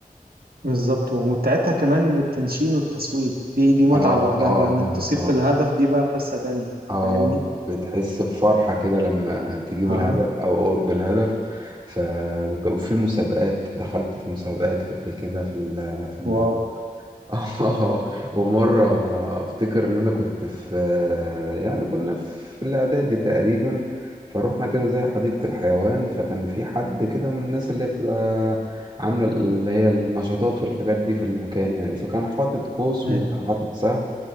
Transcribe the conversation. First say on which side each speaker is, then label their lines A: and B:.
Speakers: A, on the right; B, on the right.
A: بالظبط ومتعتها كمان التنشين والتصويب دي دي متعة
B: اه
A: لوحدها
B: اه
A: بقى إنك
B: اه
A: تصيب
B: اه
A: في الهدف دي بقى قصة تانية
B: اه
A: فاهمني
B: بتحس بفرحة كده لما تجيب
A: اه
B: الهدف او قرب الهدف ف وك- وفي مسابقات دخلت في مسابقات قبل كده في ال- في الموضوع
A: واو
B: <laughs> اه ومرة
A: مم.
B: افتكر ان انا كنت في يعني كنا في الاعدادي تقريبا فروحنا كده زي حديقة الحيوان فكان في حد كده من الناس اللي هي بتبقى عاملة اللي هي النشاطات والحاجات دي في المكان يعني فكان حاطط قوس
A: ايوه
B: وكان حاطط سهم